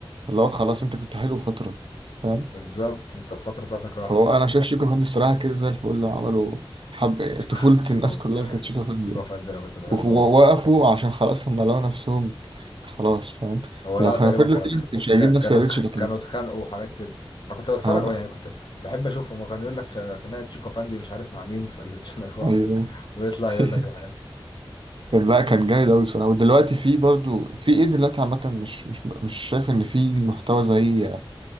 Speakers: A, on the right (about 65°); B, on the left (about 55°).
A: فاللي هو خلاص انت كنت حلو فتره فاهم
B: بالظبط انت الفتره بتاعتك راحت
A: فهو انا شايف شيكو فندي الصراحه كده زي الفل عملوا حب
B: <laughs>
A: طفوله
B: شيكو
A: الناس كلها كانت شيكو فندي
B: شيكو فندم انا كنت بحبه
A: ووقفوا
B: أوي.
A: عشان خلاص هم لقوا نفسهم خلاص فاهم
B: هو لا
A: لو كان
B: تقريبا
A: فضلوا
B: كانت
A: كده
B: خ...
A: مش هيجيب
B: ك...
A: نفس
B: كانوا
A: الريتش
B: اتخ-
A: اللي
B: كانوا
A: كان
B: اتخانقوا وحاجات كده انا كنت بتفرج
A: آه،
B: يعني كنت بحب اشوفهم وكان يقول لك خ- خناقه شيكو فندي مش عارف مع مين في الشانل <laughs> واقفه
A: ايوه
B: ويطلع
A: <laughs>
B: يقول لك الحاجات دي
A: طب لا كان جامد قوي بصراحه ودلوقتي في برضو في ايه دلوقتي عامه مش مش مش شايف ان في محتوى زي